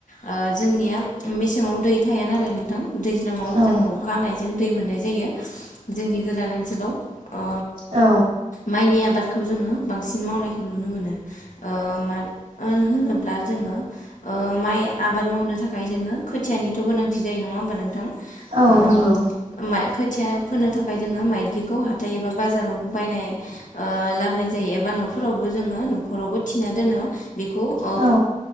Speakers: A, on the left; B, on the right.
A: ओ जोंनिया मेसेंआव दै थाया नालाय नोंथां दैज्लाङाव
B: औ
A: जोङो अखाहानाय जों दै मोननाय जायो जोंनि गोदान ओनसोलाव अ
B: औ
A: माइनि आबाद खौ जोङो बांसिन मावनायखौ नुनो मोनो ओ मा होनोब्ला जोङो ओ माइ आबाद मावनो थाखाय जोङो खोथियानिथ' गोनांथि जायो नङा होमबा नोंथां
B: औ
A: ओ
B: नंगौ
A: मा खोथिया फोनो थाखाय जोङो माइद्लिखौ हाथाय एबा बाजारावबो बायनाय ओ लाबोन जायो एबा न'फोरावबो जोङो न'खरावबो थिना दोनो बेखौ ओ
B: औ